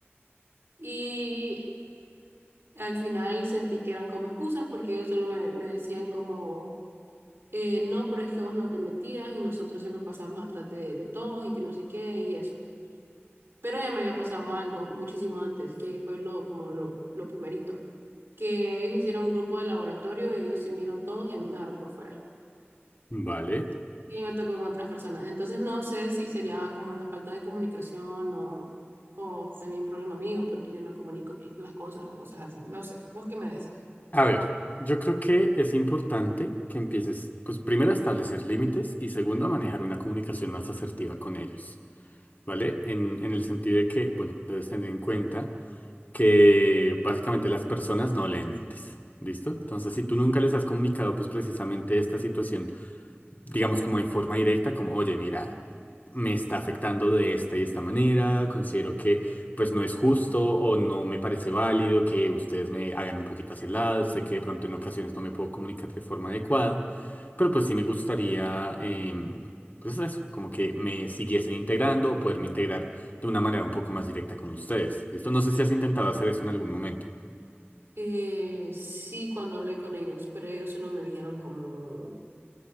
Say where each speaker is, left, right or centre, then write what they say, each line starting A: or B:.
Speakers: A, on the right; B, on the left.
A: Y Al final sentí que eran como excusas porque ellos solo me, me decían como, eh, no, pero es que vos no te metías y nosotros siempre pasamos atrás de, de todos y que no sé qué y eso. Pero ya me había pasado algo muchísimo antes, que fue lo, como lo, lo primerito, que ellos hicieron un grupo de laboratorio y ellos se unieron todos y a mí me dejaron por fuera.
B: vale.
A: Y me tocó con otras personas. Entonces no sé si sería como una falta de comunicación o, o también problema mío porque yo no comunico eh, las cosas o cosas así. No sé, vos qué me decís.
B: A ver, yo creo que es importante que empieces, pues primero a establecer límites y segundo a manejar una comunicación más asertiva con ellos, ¿vale? En, en el sentido de que, bueno, debes tener en cuenta que básicamente las personas no leen mentes. ¿Listo? Entonces, si tú nunca les has comunicado, pues precisamente esta situación digamos, como de forma directa, como, oye, mira, me está afectando de esta y esta manera, considero que pues no es justo o no me parece válido que ustedes me hagan un poquito hacia el lado, sé que de pronto en ocasiones no me puedo comunicar de forma adecuada, pero pues sí me gustaría, em, pues eso, como que me siguiesen integrando o poderme integrar de una manera un poco más directa con ustedes. ¿Listo? No sé si has intentado hacer eso en algún momento.
A: Eh, sí, cuando hablé con ellos, pero ellos solo me dijeron como